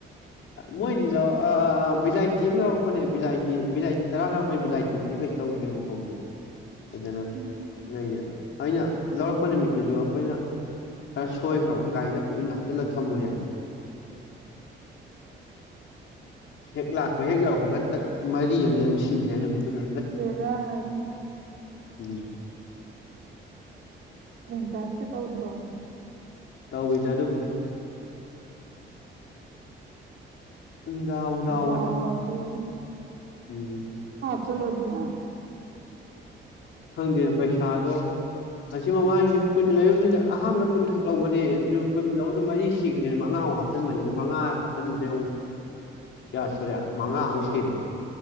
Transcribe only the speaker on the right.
ꯎꯝ
ꯕꯦꯔꯥꯅꯤ
ꯆꯪ ꯇꯁꯀꯦ ꯇꯧꯗ꯭ꯔꯣ
ꯗꯥꯎꯗꯤ
ꯆꯂꯣꯗꯅ